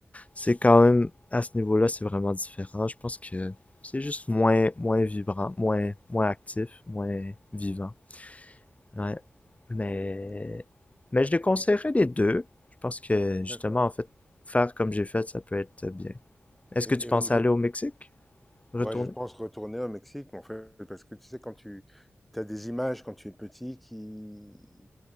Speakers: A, on the left (about 30°); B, in the centre.
A: c'est quand même, à ce niveau-là, c'est vraiment différent. Je pense que c'est juste moins, moins vibrant, moins, moins actif, moins vivant. Ouais. Mais,
B: Mm.
A: mais je les conseillerais
B: Et-
A: les deux. Je pense que, justement,
B: D'accord.
A: en fait, faire comme j'ai fait, ça peut être bien. Est-ce
B: Et,
A: que
B: et
A: tu pensais
B: au niveau,
A: aller au Mexique? Retourner?
B: ouais, je pense retourner au Mexique, mais en fait, parce que tu sais, quand tu as des images quand tu es petit qui